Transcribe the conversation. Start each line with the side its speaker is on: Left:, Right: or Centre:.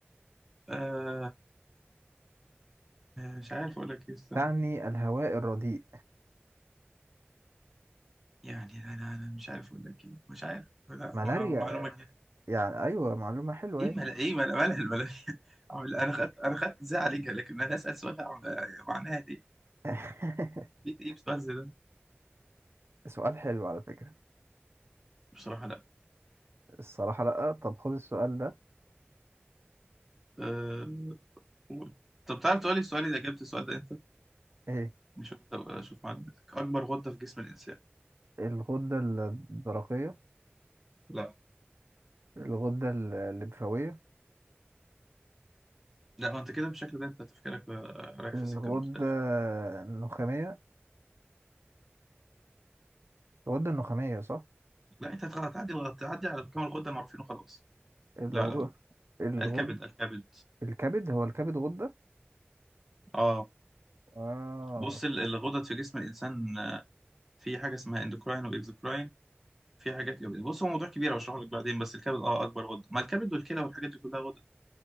Centre: آه... مش عارف اقول لك ايه استنى
Right: تعني الهواء الرديء
Centre: يعني انا انا مش عارف اقول لك ايه مش عارف لا
Right: ملاريا
Centre: مع- معلومه جديده
Right: يعني أيوة معلومة حلوة
Centre: ايه
Right: إيه
Centre: مل... ايه مل... مالها الملاهي <laughs> عم- انا خدت انا خدت ازاي عليك لكن انا اسال سؤال عم- معناها دي
Right: <laughs>
Centre: بيت ايه بسؤال زي ده
Right: سؤال حلو على فكرة
Centre: بصراحه لا
Right: الصراحة لأ طب خد السؤال ده
Centre: أه... قول. طب تعرف تقولي السؤال اذا جبت السؤال ده انت
Right: إيه
Centre: مش هبقى اشوف معلوماتك اكبر غده في جسم الانسان
Right: الغدة الدرقية
Centre: لا
Right: الغدة ال- الليمفاوية
Centre: لا انت كده بالشكل ده انت تفكيرك بقى رايح
Right: الغدة
Centre: في سكه مختلفه
Right: النخامية الغدة النخامية صح
Centre: لا انت هتغ- هتعدي الغ- تعدي على كام الغده المعروفين وخلاص
Right: الغدة
Centre: لا لا لا
Right: الغد
Centre: الكبد الكبد
Right: الكبد هو الكبد غدة
Centre: اه
Right: اه
Centre: بص ال- الغدد في جسم الانسان آه، في حاجه اسمها اندوكراين واكزوكراين في حاجات جميله بص هو موضوع كبير هشرحه لك بعدين بس الكبد اه اكبر غده ما الكبد والكلى والحاجات دي كلها غده